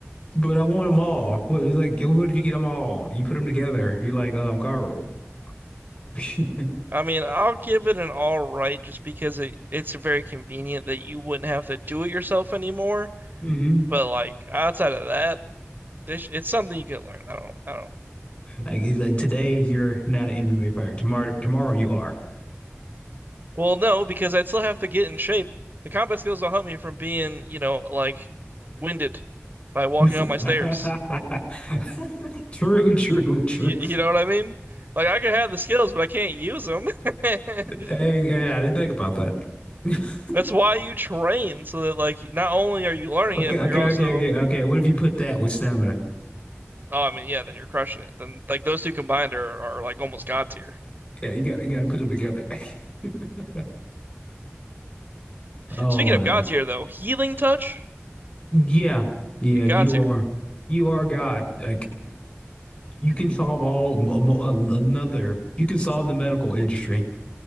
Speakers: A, on the left; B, on the right.
A: But I want them all. What it's like? What if you get them all? You put them together. You're like um Garu. <laughs>
B: I mean, I'll give it an all right just because it it's very convenient that you wouldn't have to do it yourself anymore.
A: hmm
B: But like outside of that, this it's something you can learn. I don't, I don't.
A: Like he's like, today you're not an MMA fighter. Tomorrow, tomorrow you are.
B: Well, no, because I'd still have to get in shape. The combat skills don't help me from being, you know, like winded by walking
A: <laughs>
B: on my stairs.
A: True, true, true.
B: You, you know what I mean? Like I can have the skills, but I can't use them. <laughs>
A: Dang, yeah, I didn't think about that. <laughs>
B: That's why you train so that like not only are you learning
A: Okay,
B: it,
A: okay,
B: but you're also
A: okay, okay, okay. What if you put that with stamina?
B: oh, I mean, yeah, then you're crushing it. Then like those two combined are are like almost god tier.
A: Yeah, you got you got to put them together. <laughs> Oh
B: Speaking of
A: man.
B: god tier though, healing touch,
A: Yeah. Yeah, you
B: god tier.
A: are you are God. Like you can solve all mo- mo- a- another. You can solve the medical industry.